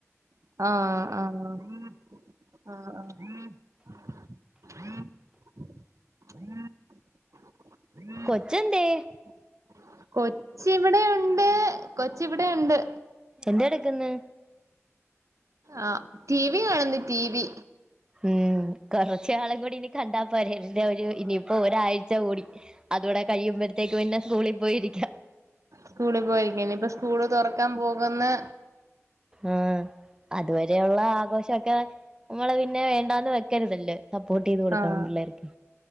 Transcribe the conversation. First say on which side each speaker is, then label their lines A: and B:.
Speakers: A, on the right; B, on the right.
A: ആഹ് ആഹ് ആഹ് ആഹ് <unintelligible>
B: കൊച്ചെന്തേ
A: കൊച്ച് ഇവടെയുണ്ട് കൊച്ച് ഇവിടെയുണ്ട്
B: എന്ത് എട്ക്ക്ന്ന്
A: ആഹ് ടീവി കാണുന്നു ടീവി
B: ഉം കൊറച്ച് നാളും കൂടി ഇനി കണ്ടാ പോരെ ഇന്റെ ഒരു ഇനിയിപ്പോ ഒരാഴ്ച കൂടി അതൂടെ കഴിയുമ്പത്തേക്ക് പിന്നെ സ്കൂളി പോയിരിക്കാ
A: സ്കൂളിൽ പോയിരിക്ക്യാ ഇനിപ്പൊ സ്കൂള് തൊറക്കാൻ പോക്ന്ന്
B: ആഹ് അത് വരെയുള്ള ആഘോഷൊക്കവെ അമ്മള് പി ന്നെ വേണ്ടാന്ന് വെക്കര്തല്ലോ സപ്പോർട്ടെയ്ത് കൊടുക്കണം
A: ആഹ്
B: പിള്ളേര്ക്ക്